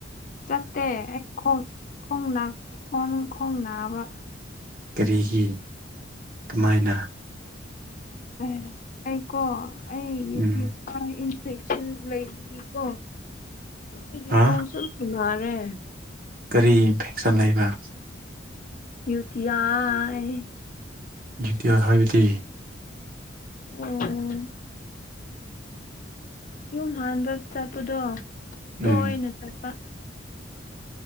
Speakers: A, on the left (about 45°); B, on the right (about 50°).
A: ꯆꯠꯇꯦ ꯑꯩ ꯈꯣꯡ ꯈꯣꯡꯅꯥꯛ ꯈꯣꯡ ꯈꯣꯡꯅꯥꯕ
B: ꯀꯔꯤꯒꯤ ꯀꯃꯥꯏꯅ
A: ꯑꯦ ꯑꯩꯀꯣ ꯑꯩ ꯌꯨ
B: ꯎꯝ
A: ꯄꯤ ꯌꯨ ꯑꯥ ꯏꯟ ꯕꯦꯛꯁꯤꯟ ꯂꯩꯕꯒꯤꯀꯣ ꯑꯩꯒꯤ
B: ꯍꯥ
A: ꯈꯣꯡꯁꯦ ꯅꯥꯔꯦ
B: ꯀꯔꯤ ꯏꯟꯐꯦꯛꯁꯟ ꯂꯩꯕ꯭ꯔꯥ
A: ꯌꯨꯇꯤꯌꯥ ꯍꯥꯏ
B: ꯖꯨ ꯇꯤ ꯌꯥ ꯍꯥꯏꯕꯗꯤ
A: ꯎꯝ ꯌꯨꯝ ꯍꯥꯟꯕ ꯆꯠꯄꯗꯣ ꯇꯣꯏꯅ
B: ꯎꯝ
A: ꯆꯠꯄ